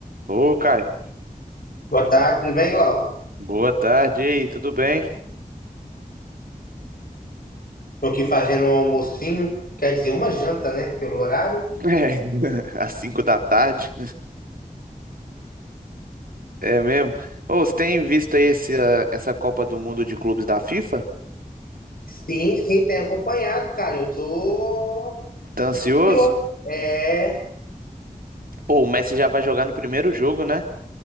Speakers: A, on the right; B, on the left.
A: Ô, Caio,
B: Boa tarde, tudo bem, Laura?
A: boa tarde e aí, tudo bem?
B: Tô aqui fazendo um almocinho, quer dizer, uma janta, né? Pelo horário.
A: É, <laughs> às 5 da tarde, é mesmo? Ô, você tem visto aí esse, ah, essa Copa do Mundo de Clubes da FIFA?
B: Sim, sim, tem acompanhado, cara. Eu tô
A: Tá ansioso?
B: ansioso. É,
A: Pô, o Messi já vai jogar no primeiro jogo, né?